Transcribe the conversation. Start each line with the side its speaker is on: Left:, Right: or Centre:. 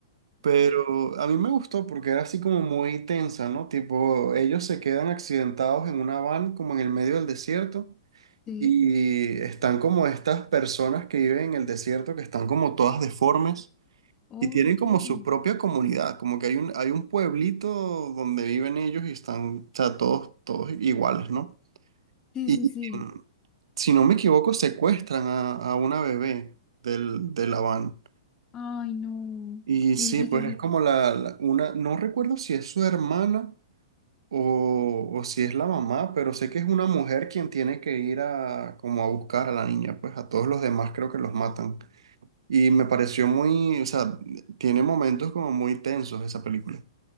Right: Pero a mí me gustó porque era así como muy tensa, ¿no? Tipo, ellos se quedan accidentados en una van como en el medio del desierto
Left: Sí,
Right: y están como estas personas que viven en el desierto que están como todas deformes
Left: ok.
Right: y tienen como
Left: Sí,
Right: su propia comunidad, como que hay un, hay un pueblito donde viven ellos y están, o sea, todos, todos iguales, ¿no?
Left: sí,
Right: Y
Left: sí.
Right: mm, si no me equivoco, secuestran a, a una bebé del, de la van.
Left: Ay, no.
Right: Y
Left: Y,
Right: sí, pues
Left: y que
Right: es como la, la- una, no recuerdo si es su hermana o, o si es la mamá, pero sé que es una mujer quien tiene que ir a como a buscar a la niña, pues a todos los demás creo que los matan. Y me pareció muy, o sea, tiene momentos como muy tensos esa película.